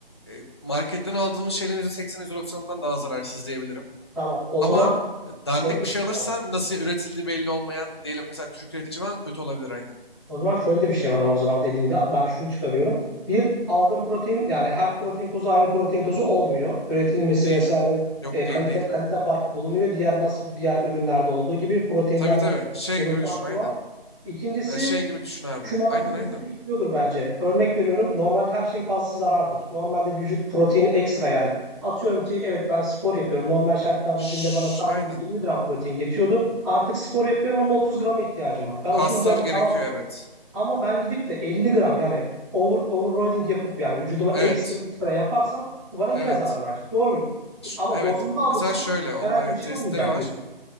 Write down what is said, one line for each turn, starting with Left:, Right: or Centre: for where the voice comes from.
Left: e, marketten aldığımız şeylerin yüzde seksen yüzde %90'ından daha zararsız diyebilirim.
Centre: Tamam. O
Left: Ama
Centre: zaman
Left: e,
Centre: şöyle
Left: dandik
Centre: de
Left: bir
Centre: bir
Left: şey
Centre: şey
Left: alırsan
Centre: var ama.
Left: nasıl üretildiği belli olmayan diyelim mesela Türk üretici var kötü olabilir aynen.
Centre: O zaman şöyle de bir şey var ama o zaman dediğimde ben şunu çıkarıyorum. Bir aldığım protein yani her protein tozu aynı protein tozu olmuyor. Üretilmesi
Left: Değil.
Centre: vesaire
Left: Yok
Centre: e, kalite
Left: değil değil.
Centre: kalite farkı bulunuyor. Diğer nasıl diğer ürünlerde olduğu gibi proteinlerde
Left: Tabii tabii.
Centre: de
Left: Şey
Centre: ürün
Left: gibi
Centre: farkı
Left: düşün aynen.
Centre: var. İkincisi
Left: E, şey gibi düşün abi.
Centre: Şu mantık
Left: Aynen
Centre: burada
Left: aynen.
Centre: da işliyordur bence. Örnek veriyorum. Normalde her şeyin fazlası zarardır. Normalde vücut protein ekstra yani. Atıyorum ki evet ben spor yapıyorum. Normal şartlarda
Left: Şşş,
Centre: günde bana saldığım
Left: aynen.
Centre: 20 gram protein yetiyordu. Artık spor yapıyorum ama 30 grama ihtiyacım var. Ben
Left: Kaslar
Centre: 30 gramı
Left: gerekiyor
Centre: tamamladım
Left: evet.
Centre: ama ben gidip de 50 gram yani over, overloading yapıp yani vücuduma
Left: Evet.
Centre: ekstra ekstra yaparsam bu bana yine
Left: Evet.
Centre: zarar verecek. Doğru muyum?
Left: Ş-
Centre: Ama
Left: Evet.
Centre: dozunda alırsam
Left: Mesela şöyle onun
Centre: herhangi
Left: evet
Centre: bir şey
Left: testleri
Centre: olmayacak
Left: var.
Centre: diyorsun.